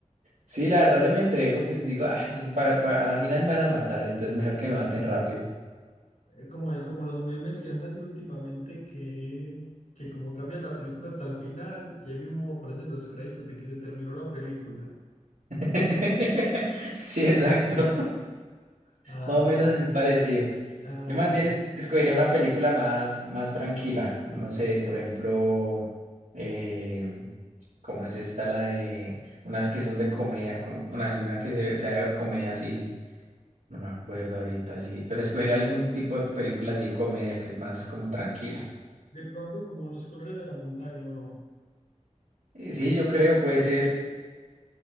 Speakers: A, on the right; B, on the left.
A: Sí, la verdad yo me entrego, pues digo, ah, yo pa- pa- a la final me van a matar, entonces mejor que me maten rápido.
B: Eh, Como, el- como los memes que han salido últimamente que, que como cambian la película hasta el final y ahí mismo aparecen los créditos de que se terminó la película.
A: <laughs> Sí, exacto.
B: Ah,
A: Más o menos
B: bueno.
A: así parecido.
B: Ah,
A: Yo más bien
B: bueno.
A: es- escogería una película más, más tranquila. No sé, por ejemplo, eh, ¿cómo es esta? La de unas que son de comedia, como una, así, una que se- sea de comedia así, no me acuerdo ahorita, sí, pero escogería algún tipo de película así de comedia que es más como tranquila.
B: De pronto como los colores de la montaña, ¿o ¿no?
A: Eh, sí, yo creo puede ser.